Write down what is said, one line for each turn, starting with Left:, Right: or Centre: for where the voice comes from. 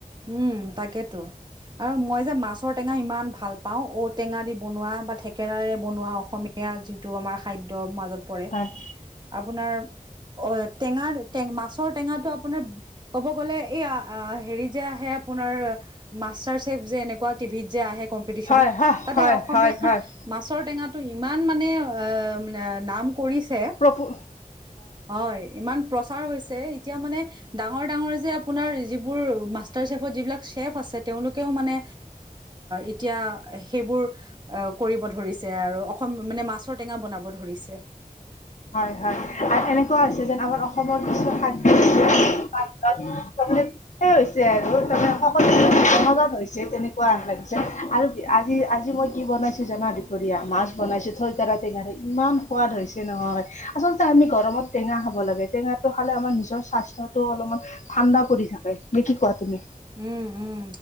Right: উম তাকেতো আৰু মই যে মাছৰ টেঙা ইমান ভাল পাও ঔটেঙা দি বনোৱা বা থেকেৰাাৰে বনোৱাও। অসমীয়া যিটো আমাৰ খাদ্যও মাজত পৰে
Left: হয়
Right: আপোনাৰ অ টেঙা মাছৰ টেঙাটো আপোনাৰ ক'ব গ'লে এই হেৰি আপোনাৰ মাষ্টাৰ চেফ টিভিত যে আহে যে
Left: হয় হয়
Right: অসমীয়া
Left: হয় হয় হয়
Right: মাছৰ টেঙাটো ইমান মানে আহ নাম কৰিছে।
Left: প্ৰপু
Right: হয় ইমান প্ৰচ্ এতিয়া মানে ডাঙৰ ডাঙৰ যিবোৰ মাষ্টাৰ চেফ যিবিলাক চেফ আছে তেওঁলোকে মানে এতিয়া সেইবোৰ কৰিব ধৰিছে আৰু অসম মানে মাছৰ টেঙা বনাব ধৰিছে।
Left: হয় হয় আৰু এনেকুৱা হৈছে যেন আমাৰ অসমৰ কিছু মানে হৈছে আৰু তাৰমানে সকলোতে জনাজাত হৈছে তেনেকুৱা লাগিছে আৰু আজি আজি মই কি বনাইছো জানা দুপৰীয়া মাছ বনাইছো থৈতৰা টেঙা ইমান সোৱাদ হৈছে নহয়। আচলতে আমি গৰমত টেঙা খাব লাগে টেঙাটো খালে আমাৰ নিজৰ স্বাস্থ্যতো অলপমান ঠাণ্ডা পৰি থাকে। নে কি কোৱা তুমি?
Right: উম উম